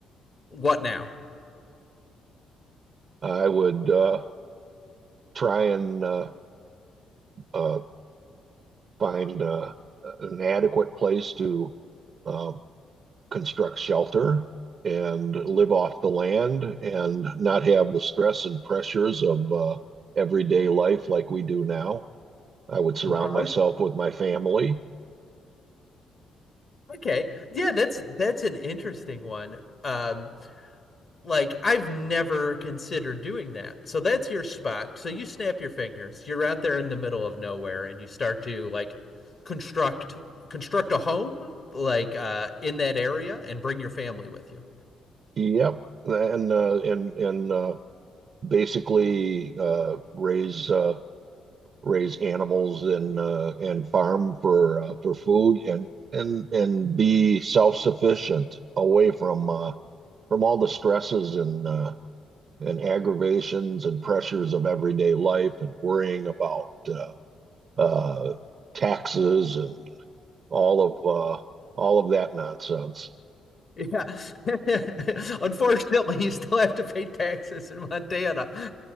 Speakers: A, on the left (about 50°); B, on the right (about 55°).
A: What now?
B: I would uh, try and uh, uh, find uh, an adequate place to uh, construct shelter and live off the land and not have the stress and pressures of uh, everyday life like we do now. I would surround
A: Uh,
B: myself with my family.
A: okay, yeah, that's that's an interesting one. Um, Like I've never considered doing that. So that's your spot. So you snap your fingers. You're out there in the middle of nowhere and you start to like construct construct a home like uh in that area and bring your family with you.
B: Yep, and uh, and and uh, basically uh, raise uh, raise animals and uh, and farm for uh, for food and and and be self-sufficient away from uh, from all the stresses and uh, and aggravations and pressures of everyday life and worrying about uh, uh, taxes and all of uh, all of that nonsense.
A: Yeah. <laughs> Unfortunately, you still have to pay taxes in Montana.